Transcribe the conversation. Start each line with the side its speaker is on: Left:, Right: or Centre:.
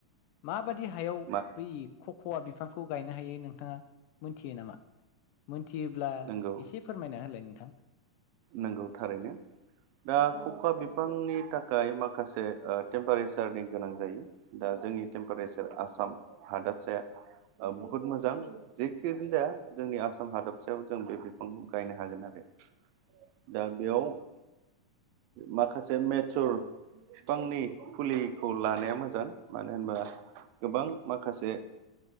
Left: माबादि हायाव
Right: मा
Left: बै कक'वा बिफांखौ गायनो हायो नोंथांआ मोनथियो नामा मोनथियोब्ला
Right: नंगौ
Left: एसे फोरमायना होलाय नोंथां
Right: नोंगौ थारैनो दा कक'वा बिफांनि थाखाय माखासे ओ टेम्पारेसार रनि गोनां जायो दा जोंनि टेम्पारेसार आसाम हादाबसाया ओ बुहुत मोजां जेखिनानो जाया जोंनि आसाम हादबसायाव जों बे बिफांखौ गायनो हागोन आरो दा बेयाव माखासे मेसर फिफांनि फुलिखौ लानाया मोजां मानो होनबा गोबां माखासे